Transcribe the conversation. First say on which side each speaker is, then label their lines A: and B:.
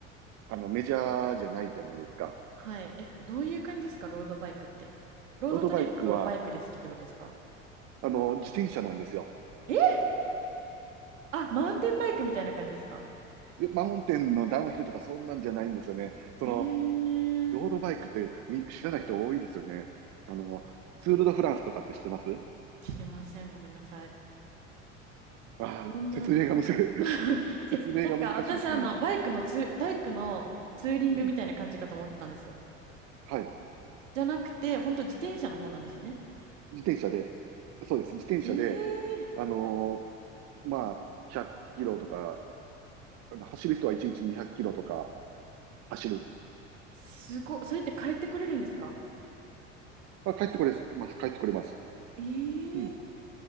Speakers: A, on the right (about 45°); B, on the right (about 75°).
A: あの、メジャーじゃないじゃないですか。
B: はい。え、どういう感じですか、ロードバイクって。ロードトリップをバイクでするってことですか
A: ロードバイクは、あの、自転車なんですよ。
B: えあ、マウンテンバイクみたいな感じですか
A: でマウンテンのダウンヒルとかそんなんじゃないんですよね。その、
B: えー、
A: ロードバイクってみ知らない人多いですよね。あの、ツール・ド・フランスとかって知ってます
B: 知りません。ごめんなさい。
A: ああー、
B: どんな。
A: 説明がむず、<laughs>
B: <laughs>
A: 説明が難しいですね。
B: え、なんか私、あの、バイクのツー、バイクのツーリングみたいな感じかと思ってたんですよ。
A: うん。はい。
B: じゃなくて、本当自転車の方なんですよね。
A: 自転車で、そうです。自転車で、
B: えー、
A: あのーまあ、100キロとか、あの走る人は1日200キロとか走る。
B: すごい。それって帰ってこれるんですか
A: まあ、帰ってこれます。帰ってこれます。
B: え
A: うん。
B: ー、